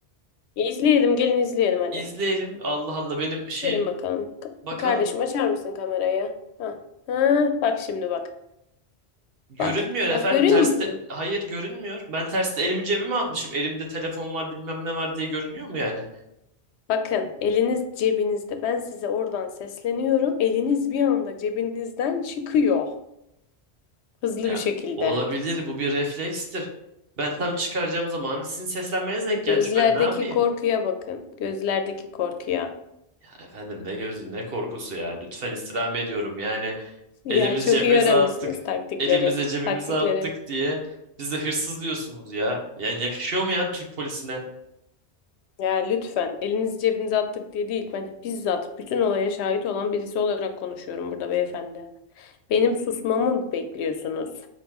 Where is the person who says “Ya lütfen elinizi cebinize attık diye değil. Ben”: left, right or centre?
Left